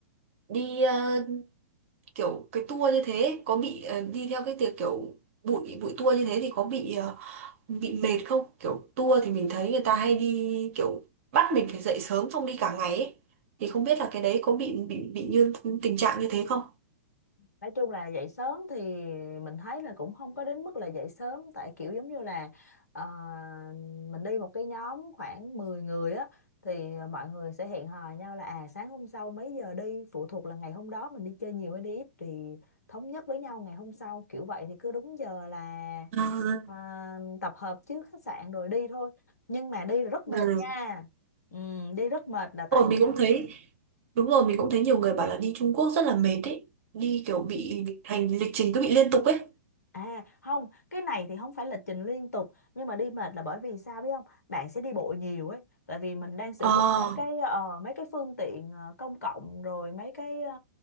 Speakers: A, on the right (about 50°); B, on the left (about 80°).
A: đi ờ, kiểu cái tour như thế có bị ờ, đi theo cái tiệc kiểu bụi bụi tour như thế thì có bị ờ, bị mệt không kiểu tour thì mình thấy người ta hay đi kiểu bắt mình phải dậy sớm xong đi cả ngày ấy. thì không biết là cái đấy có bị bị bị như tình trạng như thế không
B: Nói chung là dậy sớm thì mình thấy là cũng không có đến mức là dậy sớm tại kiểu giống như là ờ, mình đi một cái nhóm khoảng 10 người á thì mọi người sẽ hẹn hò nhau là à sáng hôm sau mấy giờ đi phụ thuộc là ngày hôm đó mình đi chơi nhiều hay đi ít thì thống nhất với nhau ngày hôm sau kiểu vậy thì cứ đúng giờ là
A: À,
B: à, tập hợp trước khách sạn rồi đi thôi nhưng mà đi là rất
A: ừ.
B: mệt nha ừ, đi rất mệt là tại
A: rồi mình cũng thấy đúng rồi mình cũng thấy nhiều người bảo là đi Trung Quốc rất là mệt ấy đi kiểu bị hành lịch trình cứ bị liên tục ấy
B: À không, cái này thì không phải lịch trình liên tục nhưng mà đi mệt là bởi vì sao biết không? Bạn sẽ đi bộ nhiều ấy, tại vì mình đang sử
A: ờ
B: dụng mấy cái ờ, mấy cái phương tiện ờ, công cộng rồi mấy cái ờ,